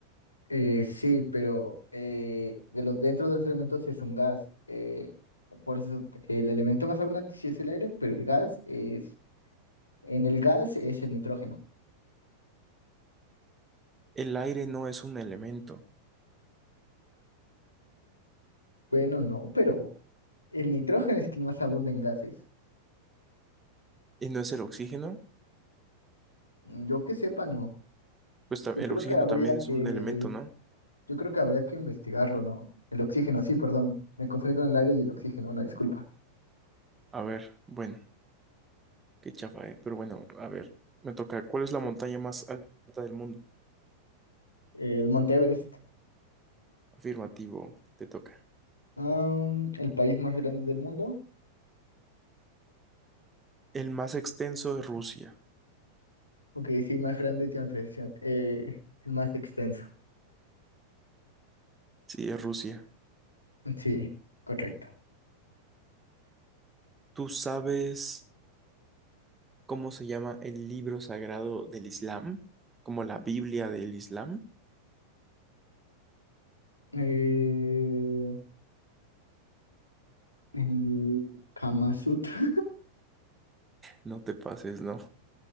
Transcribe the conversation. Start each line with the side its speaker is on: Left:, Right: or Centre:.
Left: Eh, sí, pero eh, de los, dentro de los elementos es un gas. eh, por eso el elemento más abundante sí es el aire, pero el gas es... En el gas es el nitrógeno.
Right: El aire no es un elemento.
Left: Bueno, no, pero el nitrógeno es quien más abunda en gases.
Right: ¿Y no es el oxígeno?
Left: Mm, Yo que sepa, no.
Right: Pues ta-
Left: Yo
Right: el
Left: creo
Right: oxígeno
Left: que habría
Right: también es
Left: que...
Right: un elemento, ¿no?
Left: Yo creo que habría que investigarlo, ¿no? El oxígeno, sí, perdón. Me confundí con el aire y el oxígeno, una disculpa.
Right: A ver, bueno, qué chafa, ¿eh? Pero bueno, a ver, me toca. ¿Cuál es la montaña más alta del mundo?
Left: El Monte Everest.
Right: Afirmativo, te toca.
Left: Am, el país más grande del mundo.
Right: El más extenso es Rusia.
Left: Ok, sí, más grande tiene otra opción. Eh, el más extenso.
Right: Sí, es Rusia.
Left: Sí, correcto.
Right: ¿Tú sabes cómo se llama el libro sagrado del Islam? Como la Biblia del Islam.
Left: Eh, el Kama Sutra.
Right: No te pases, ¿no?